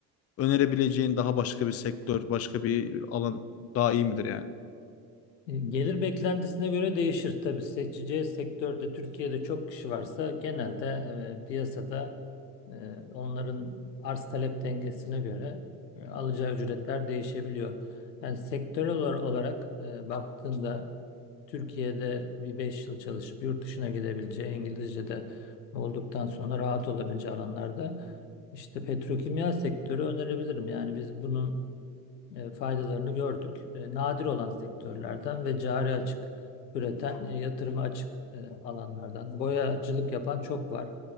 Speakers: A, on the left; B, on the left.
A: önerebileceğin daha başka bir sektör, başka bir alan daha iyi midir yani?
B: E, Gelir beklentisine göre değişir. Tabii seçeceği sektörde Türkiye'de çok kişi varsa genelde e, piyasada e, onların arz talep dengesine göre e, alacağı ücretler değişebiliyor. Yani sektörel olar- olarak e, baktığında Türkiye'de bir 5 yıl çalışıp yurt dışına gidebileceği, İngilizce'de olduktan sonra rahat olabileceği alanlarda işte petrokimya sektörü önerebilirim. Yani biz bunun e, faydalarını gördük. E, nadir olan sektörlerden ve cari açık üreten, e, yatırıma açık e, alanlardan. Boyacılık yapan çok var.